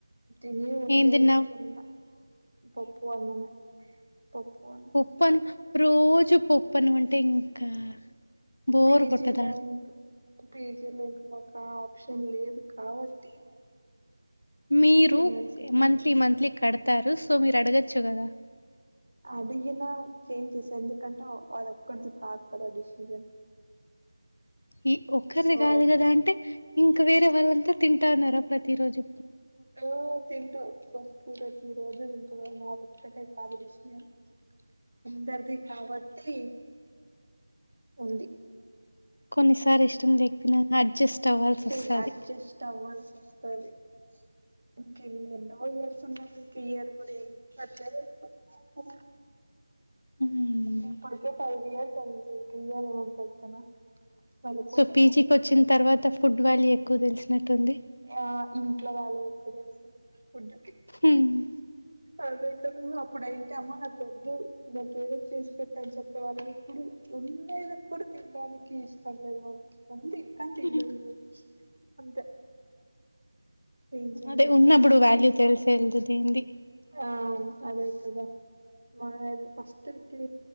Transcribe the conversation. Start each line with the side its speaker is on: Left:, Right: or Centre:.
Right: తినీ ఉరికే
Left: ఏం తిన్నావ్
Right: కూర్చున్న పప్పు అన్నమే పప్పు అన్నం
Left: పప్పన్ రోజు పప్పనం అంటే ఇంకా బోర్
Right: పీజీ
Left: కొట్టదా
Right: లో ఇంక్ పేజీలో ఇంక మాకు ఆ ఆప్షన్ లేదు కాబట్టి
Left: మీరు
Right: తినాల్సిందే
Left: మంత్లీ మంత్లీ
Right: ఉమ్.
Left: కడతారు సో మీరు అడగచ్చు కదా
Right: అడిగిన చేంజ్ చేసారు ఎందుకంటే అది ఒక్కడిది కాదు కదా డిసిజన్
Left: ఈ ఒక్కరిది
Right: సో
Left: కాదు కదా అంటే ఇంకా వేరే వాళ్ళంతా తింటాన్నారా ప్రతిరోజు
Right: ఆ తింటు పా ఈరోజు <unintelligible> నాది ఒక్కటే కాదు డిసిషన్ అందరిది కాబట్టి ఉంది
Left: కొన్నిసార్లు ఇష్టం లేకపోనా అడ్జస్ట్ అవ్వాల్సి
Right: తే
Left: వస్తది
Right: అడ్జెస్ట్ అవ్ వస్తది ఇంకా ఎన్నెన్నో ఇయర్స్ ఉండాలి ఇంకా ఈ ఇయర్ కూడా <unintelligible>
Left: హ్మ్
Right: ఇప్పుటికే ఫైవ్ ఇయర్స్ అయింది ఇంకా ఈ ఇయర్ <unintelligible> వెళ్ళిపోతుంది
Left: సో పీజికి
Right: అంతే
Left: వచ్చిన
Right: ఇంకా
Left: తర్వాత ఫుడ్ వాల్యూ ఎక్కువ తెలిసినట్టుంది
Right: ఆ ఇంట్లో వాల్యూ ఎక్కువ తెలిసింది ఫుడ్
Left: ఉమ్
Right: అదే కద అప్పుడు అయింట అమ్మా నాకు వద్దు నాకీ వేరే చేసి పెట్టు అని చెప్పేవాళ్ళం ఇప్పుడు ఎండయిన కూడా తినడానికి ఇష్టం లేదు వా ఉంది కానీ తినడం
Left: హ్మ్
Right: లేదు అంతే ఏం
Left: ఉమ్
Right: చేయమంటారు
Left: అదే ఉన్నప్పుడు వాల్యూ తెలిసే వెల్దు దీనింది
Right: ఆ అదే కదా మాది ఫస్ట్కి